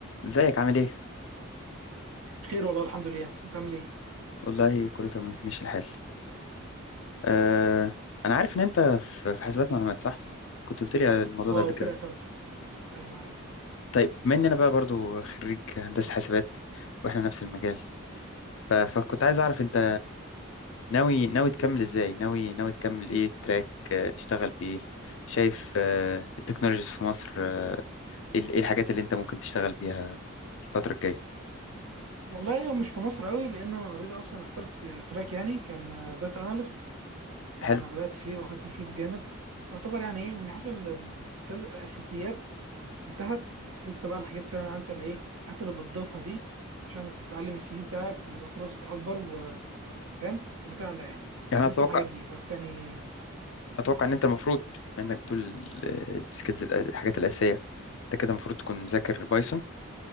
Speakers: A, on the left; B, on the right.
A: ازيك عامل ايه؟
B: خير والله الحمد لله انت عامل ايه
A: والله كله تمام ماشي الحال أه انا عارف ان انت في في حاسبات معلومات صح؟ كنت قلت لي على الموضوع
B: اه
A: ده قبل
B: فرقه
A: كده
B: ثالثه ايوه ايوه
A: طيب بما ان انا بقى برضو خريج هندسة حاسبات واحنا نفس المجال ف- فكنت عايز اعرف انت ناوي ناوي تكمل ازاي؟ ناوي ناوي تكمل ايه تراك آه، تشتغل بايه؟ شايف آه، التكنولوجيز في مصر آه، ايه ال- إيه الحاجات اللي انت ممكن تشتغل بيها الفترة الجاية؟
B: والله هو مش في مصر قوي لان انا اوريدي اصلا اخترت تراك يعني كان داتا اناليست ده
A: حلو
B: انا بدات فيه واخدت فيه شوط جامد يعتبر يعني ايه من حيث ال- ال- السكيل- الاساسيات انتهت لسه بقى الحاجات فاهم يعني انت اللي ايه الحاجات اللي بتضيفها دي عشان تعلم السي في بتاعك ويبقى فرصك اكبر وفاهم وتعلى يعني
A: يعني
B: فلسه
A: اتوقع
B: الحاجات دي بس يعني
A: اتوقع ان انت المفروض انك بتقول السكيلز الحاجات الاساسيه انت كده المفروض تكون مذاكر بايثون